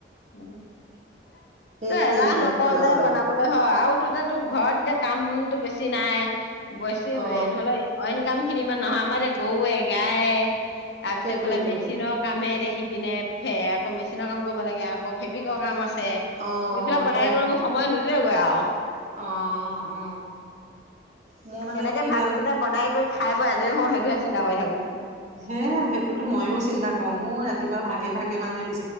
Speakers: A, on the left; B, on the right.
A: তই
B: সেইকাৰণে
A: এলাহ
B: এইবিলাক
A: নকৰ
B: বনাব
A: যে
B: লাগে
A: বনাবলৈ হয় আৰু ততে তোৰ ঘৰত এতিয়া কামতটো বেছি নাই বেছি
B: অ
A: ধৰি ললে অইন কাম স খিনি ইমান নহয় আমাৰ যেতি গৰুৱে গায়ে তাৰ পিছ
B: সেইটোৱেতোন
A: এইফালে মেচিনৰ কাম হেখি উঠি পিনে ফে আকৌ মেচিনৰ কাম কৰিব লাগে আকৌ অ ভেবিকৰ কাম আছে
B: অ
A: এইবিলাক বনাই
B: সেই
A: মোৰ সময় নো গৈ আঅ
B: অ অ অ মোৰ মানে
A: কেনেকে
B: কীৰ্তন
A: ভাতকেইটা বনাই কৰি খাই বৈ আজৰি হওঁ সেইটোহে চিন্তা কৰি থাকো
B: হে সেইটোতো ময়ো চিন্তা কৰো মোৰ ৰাতিপুৱা ভাগে ভাগে মানে বি